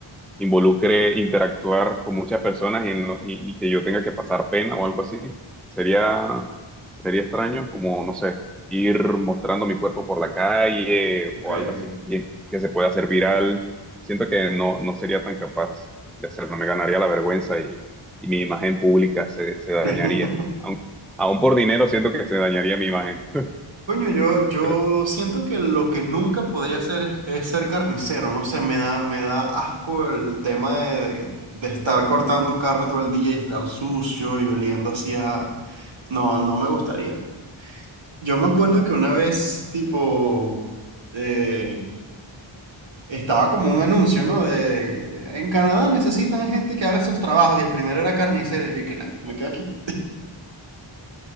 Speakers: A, in the centre; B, on the right.
A: involucre interactuar con muchas personas y, en lo- y- y que yo tenga que pasar pena o algo así. Sería, sería extraño como, no sé, ir mostrando mi cuerpo por la calle
B: Ok,
A: o
B: ok.
A: algo así que, que se pueda hacer viral. Siento que no, no sería tan capaz de hacerlo. Me ganaría la vergüenza y, y mi imagen pública se, se dañaría.
B: <laughs>
A: Aun- aún por dinero siento que se dañaría mi imagen.
B: Coño, yo, yo
A: <laughs>
B: siento que lo que nunca podría hacer es, es ser carnicero, no sé, me da, me da asco el tema de, de- de estar cortando carne todo el día y estar sucio y oliendo hacia... No, no me gustaría. Yo me acuerdo que una vez, tipo, eh, estaba como un anuncio, ¿no? De, en Canadá necesitan gente que haga estos trabajos y el primero era carnicero y yo dije, nada, me quedo aquí.